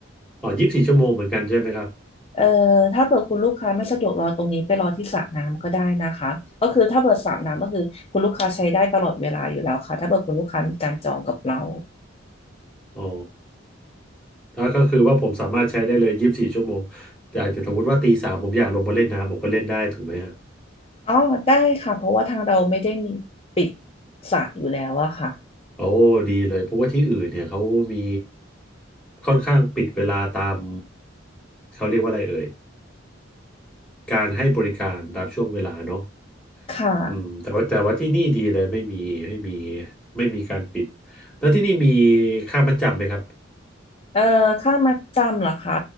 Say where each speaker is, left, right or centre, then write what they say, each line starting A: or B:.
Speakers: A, in the centre; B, on the left.
A: อ๋อยี่สิบสี่ชั่วโมงเหมือนกันใช่ไหมครับ
B: เอ่อถ้าเปิดคุณลูกค้าไม่สะดวกรอตรงนี้ไปรอที่สระน้ำก็ได้นะคะก็คือถ้าเปิดสระน้ำก็คือคุณลูกค้าใช้ได้ตลอดเวลาอยู่แล้วค่ะถ้าเปิดคุณลูกค้ามีการจองกับเรา
A: อ๋อแล้วก็คือว่าผมสามารถใช้ได้เลยยี่สิบสี่ชั่วโมง แต่อาจจะสมมติว่าตีสามผมอยากลงมาเล่นน้ำผมก็เล่นได้ถูกไหมฮะ
B: อ๋อได้ค่ะเพราะว่าทางเราไม่ได้มีปิดสระอยู่แล้วอะค่ะ
A: โอ้ดีเลยเพราะว่าที่อื่นเนี่ยเขามีค่อนข้างปิดเวลาตามเขาเรียกว่าอะไรเอ่ยการให้บริการตามช่วงเวลาเนาะ
B: ค่ะ
A: อืมแต่ว่าแต่ว่าที่นี่ดีเลยไม่มีไม่มีไม่มีการปิดแล้วที่นี่มีค่ามัดจำไหมครับ
B: เอ่อค่ามัดจำเหรอคะ